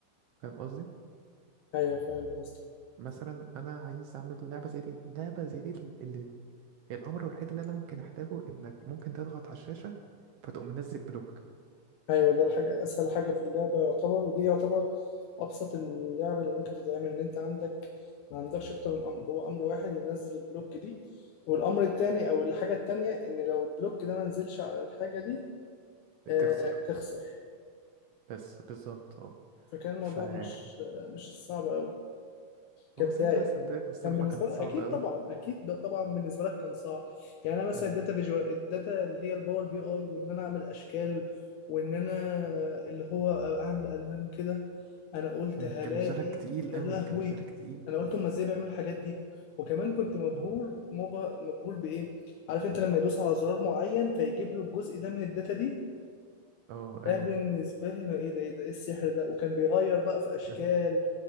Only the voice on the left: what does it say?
ايوه فاهم قصدك
ايوه ده الحاجه اسهل حاجه في اللعبه يعتبر ودي يعتبر ابسط اللعب اللي ممكن تتعمل ان انت عندك ما عندكش اكتر من امر هو امر واحد ينزل البلوك دي والامر التاني او الحاجه التانيه ان لو البلوك ده ما نزلش على الحاجه دي آه
تخسر
فكان الموضوع
مش آه مش صعب قوي كبدايه
كان بالنسبه
لك
اكيد
طبعا اكيد ده طبعا بالنسبه لك كان صعب يعني انا مثلا
الداتا فيجوال الداتا اللي هي الباور بي اي وان انا اعمل اشكال وان انا اللي هو اعمل الوان وكده انا قلت
هلاقي
يا
لهوي
انا قلت هما ازاي بيعملوا الحاجات دي وكمان كنت مبهور
مبه... مبهور بايه عارف انت لما يدوس على زرار معين فيجيب له الجزء ده من الداتا دي
ده بالنسبه لي انا ايه ده ايه ده ايه السحر ده وكان بيغير بقى في اشكال